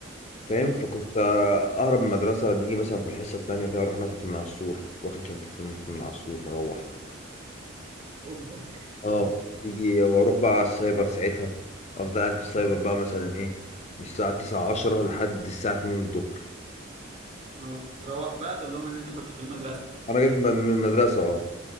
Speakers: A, on the left; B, on the right.
A: فاهم فكنت آه، أهرب من المدرسة دي مثلا في الحصة التانية كده أروح نطت من على السور واخد شنطة نط من على السور مروح
B: اوبا
A: أه يجي وأروح بقى على السايبر ساعتها أفضل قاعد في السايبر
B: <laughs>
A: بقى مثلا إيه من الساعة تسعة عشرة لحد الساعة اتنين الظهر
B: اه تروح بقى تقول لهم ان انت كنت في المدرسه
A: انا جاي من من المدرسه اه